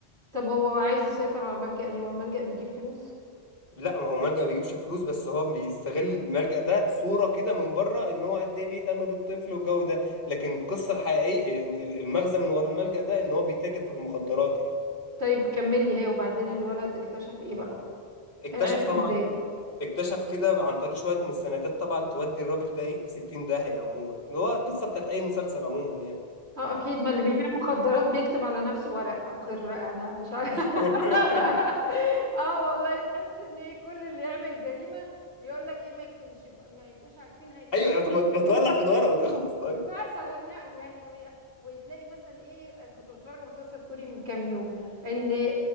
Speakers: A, on the right; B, on the left.
A: طب هو عايز يسيطر على الملجأ ليه هو الملجأ بيجيب فلوس
B: لا ما هو ملجأ بيجيبش فلوس بس هو بيستغل الملجأ ده صورة كده من بره ان هو قد ايه بيهتم بالطفل والجو ده لكن القصة الحقيقية يعني ال- المغزى من ورا الملجأ ده ان هو بيتاجر في المخدرات يعني
A: طيب كمل لي هي وبعدين الولد اكتشف ايه بقى
B: اكتشف
A: عرف
B: طبعا
A: ازاي
B: اكتشف كده عن طريق شوية مستندات طبعا تودي الراجل ده ايه في 60 داهية عموما اللي هو القصة بتاعت اي مسلسل عموما يعني
A: اه اكيد ما اللي بيبيع مخدرات بيكتب على نفسه ورق اقر انا مش عارف
B: <laughs>
A: <laughs> اه والله تحس ان كل اللي يعمل جريمة يقول لك ايه ما يكتمش ما يبقوش عارفين هيكتشف
B: ايوه طب ما ما تولع في الورقة وتخلص طيب
A: مثلا يعني يعني وي- وتلاقي مثلا ايه كنت بتفرج على مسلسل كوري من كام يوم ان آه،